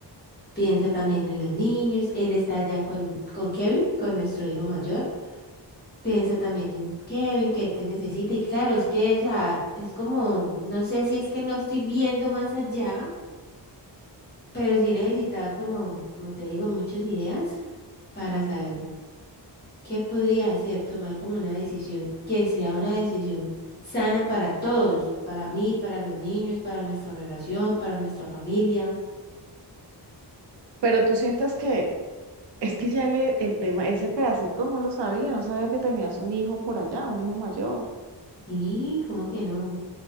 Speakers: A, on the left; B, on the right.
A: Piensa también en los niños. Él está allá con, con Kevin, con nuestro hijo mayor. Piensa también en Kevin, que él te necesita. Y claro, es que, o sea, es como, no sé si es que no estoy viendo más allá, pero sí necesitaba como, como te digo, muchas ideas para saber qué podría hacer, tomar como una decisión que sea una decisión sana para todos, para mí, para los niños, para nuestra relación, para nuestra familia.
B: Pero tú sientas que es que ya le, el tema, ese pedacito no lo sabía, no sabía que tenías un hijo por allá, un hijo mayor.
A: Sí, ¿cómo que no?